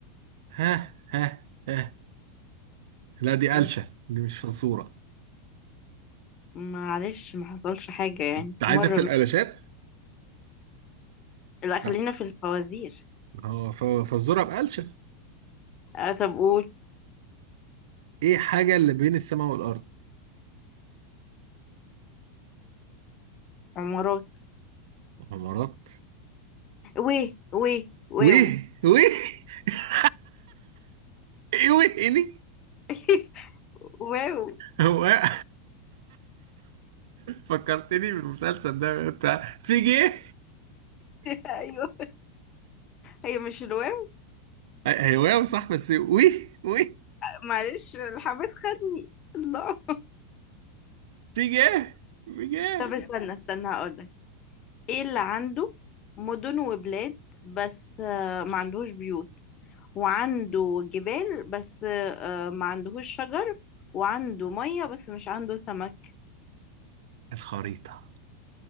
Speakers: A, on the right; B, on the left.
A: ها ها ها لا دي قلشه
B: م-
A: دي مش فزوره
B: معلش ما حصلش حاجة يعني
A: انت عايزه
B: مرة
A: في
B: من...
A: القلاشات
B: لا خلينا
A: لا
B: في الفوازير
A: هو ف- فزوره بقلشه
B: آه طب قول
A: ايه حاجه اللي بين السماء والارض
B: عمارات
A: غمرات
B: وي وي واو
A: ويه ويه <laughs> ايه ويه إيه دي؟
B: <laughs> واو <laughs>
A: هو إيه؟ فكرتني بالمسلسل ده بتاع في جه
B: ايوه هي مش الواو
A: هواوي صح بس وي وي
B: معلش الحماس خدني الله
A: في جه في جه
B: طب استنى استنى هقول لك ايه اللي عنده مدن وبلاد بس آه، ما عندهوش بيوت وعنده جبال بس آه، ما عندهوش شجر وعنده مية بس مش عنده سمك
A: الخريطة